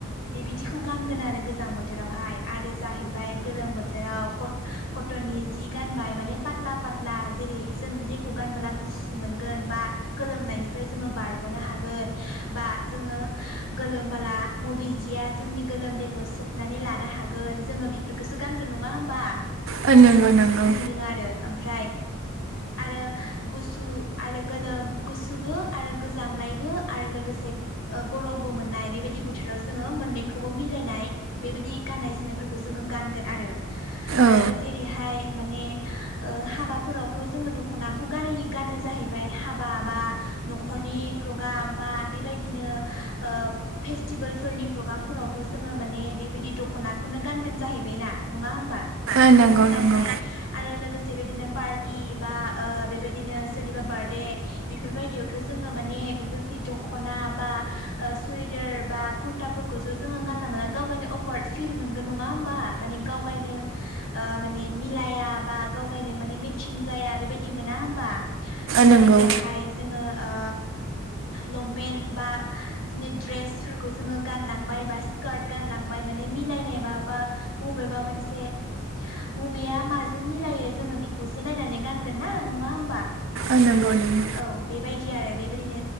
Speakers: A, on the left (about 70°); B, on the right (about 65°).
A: बे बिदिखौ खौ गानगोन आरो गोजां बोथोरावहाय आरो जाहैबाय गोलोम बोथोराव कट कटननि जि गानबाय माने पात्ला पात्ला जेरै जों जेखौ गानबोला गुसु मोनगोन बा गोलोमनायनिफ्राय जोङो बारगनो हागोन बा जोङो गोलोमबोला मबे जिया जोंनि गोलोमदैखौ सोबनानै लानो हागोन जोङो बेफोरखौसो गानगोन नङा होमबा?
B: ओ नंगौ नंगौ
A: बिदिनो आरो ओमफ्रा ओमफ्राय आरो गुसु आरो गोलोम गुसुबो आरो गोजांनायबो आरो लोगोसे ओ गरमबो मोननाय बेबायदि बोथोराव जोङो मोननैखौबो मिलायनाय बेबायदि गाननाय जोमनायफोरखौ जोङो गानगोन आरो
B: औ
A: आरो जेरैहाय माने ओ हाबाफोरावथ' जोङो दखनाख खौ गानै गानो जाहैबाय हाबा बा नखरनि प्रग्राम बा बेबायदिनो ओ फेस्टिबोलफोरनि प्रग्रामफोरावथ' जोङो माने बेबायदि दखनाखौनो गानगोन जाहैबाय ना नङा होमबा?
B: जाहैबाय ना नङा होमबा ओ नंगौ
A: गानबाय
B: नंगौ
A: आरो लोगो से बेबायदिनो पार्टि बा ओ बेबायदिनो सोरनिबा बार्थडे बेफोरबायदियावथ' जोङो माने बेफोरबायदि दखना बा ओ सुरिदार बा कुरताफोरखौसो जोङो गानला मोनला गाव गायनो अकवार्ड फिल मोनगोन नङा होमबा माने गाव गायनो ओ माने मिलाया बा गाव गाय माने मेतसिं जाया बेबायदि दि मोना होमबा? बेबायदियावहाय
B: होमबा ओ नंगौ
A: जोङो ओ लंपेन्ट बा बिदिनो द्रेसफोरखौ जोङो गानलांबाय बा स्कार्ट गानलांबाय माने मिलायनाय मा बा मबेबा मोनसे मबेया माजों मिलायो जोङो बेखौसो नायनानै गान गोन ना नङा होमबा?
B: ओ नंगौ नंगौ
A: औ बेबायदि दि आरो बेबायदिनो